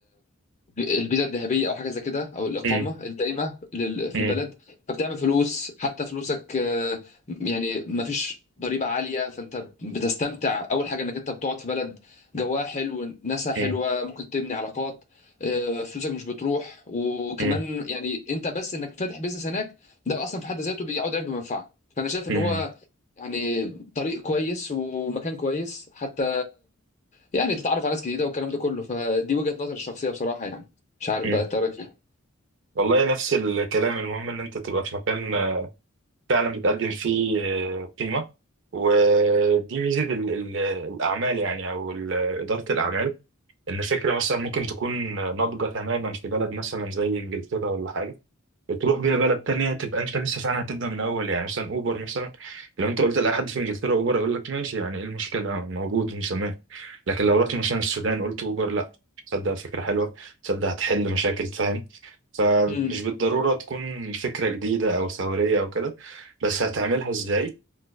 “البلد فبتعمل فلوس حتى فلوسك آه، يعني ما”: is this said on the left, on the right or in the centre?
Left